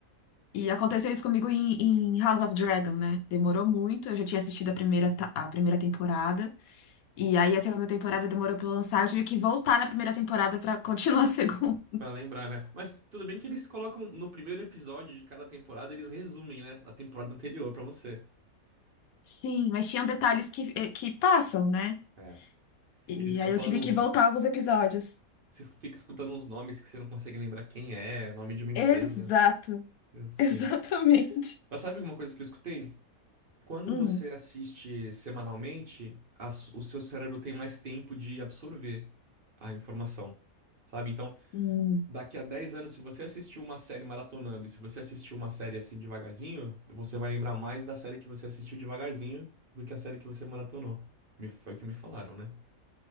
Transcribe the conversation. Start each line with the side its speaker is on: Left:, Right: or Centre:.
Left: E aconteceu isso comigo em, em House of Dragon, né? Demorou muito, eu já tinha assistido a primeira, ta- a primeira temporada. E aí a segunda temporada demorou pra lançar, eu tive que voltar na primeira temporada pra continuar a segunda.
Right: Pra lembrar, né? Mas tudo bem que eles colocam no primeiro episódio de cada temporada, eles resumem, né? A temporada anterior pra você.
Left: Sim, mas tinham detalhes que, eh, que passam, né?
Right: É.
Left: E
Right: Eles ficam
Left: aí
Right: falando
Left: eu tive
Right: uns.
Left: que
Right: no-
Left: voltar alguns episódios.
Right: Você fica escutando uns nomes que você não consegue lembrar quem é, nome de uma empresa.
Left: Exato,
Right: Eu sei.
Left: <laughs> exatamente.
Right: Mas sabe alguma coisa que eu escutei? Quando
Left: Hum,
Right: você assiste semanalmente, a o seu cérebro tem mais tempo de absorver a informação. Sabe? Então,
Left: hum.
Right: Daqui a 10 anos, se você assistiu uma série maratonando e se você assistiu uma série assim devagarzinho, você vai lembrar mais da série que você assistiu devagarzinho do que a série que você maratonou. Me- Foi o que me falaram, né?